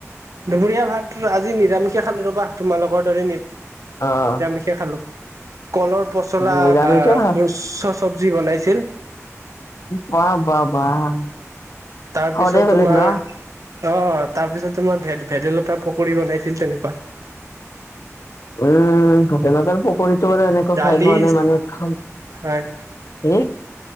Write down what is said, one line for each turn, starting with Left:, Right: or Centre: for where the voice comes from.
Right: দুপৰীয়া ভাত আজি নিৰামিষে খালো ৰবা তোমালোকৰ দৰে নিৰামিষ,
Left: আহ
Right: নিৰামিষে, খালো। কলৰ পচলা
Left: নিৰামিষে
Right: বা
Left: ভাত
Right: এই চ চবজি বনাইছিল
Left: বা বা বাহ।
Right: তাৰপিছত
Left: সদে বেলেগ
Right: তোমাৰ
Left: ন
Right: অ তাৰপিছত তোমাৰ ভেদ ভেদাইলতাৰ, পকীৰি বনাইছিল তেনেকুৱা
Left: উম ভেদাইলতাৰ পকৰীটো এনে খাই
Right: দালি
Left: পোৱা নাই মানে উমহ
Right: হয়